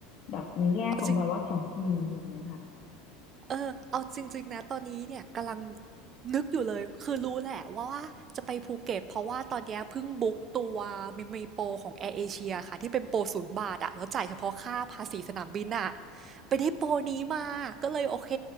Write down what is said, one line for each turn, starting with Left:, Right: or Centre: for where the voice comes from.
Left: แบบในแง่ของแบบว่าของกินแบบเนี้ยค่ะ
Right: เอาจ เออเอาจริงๆนะตอนนี้เนี่ยกำลังนึกอยู่เลยคือรู้แหละว่าจะไปภูเก็ตเพราะว่าตอนเนี้ยเพิ่งบุ๊กตัวมีมีโปรของแอร์เอเชียค่ะที่เป็นโปรศูนย์บาทอะแล้วจ่ายเฉพาะค่าภาษีสนามบินอะไปได้โปรนี้มาก็เลยโอเค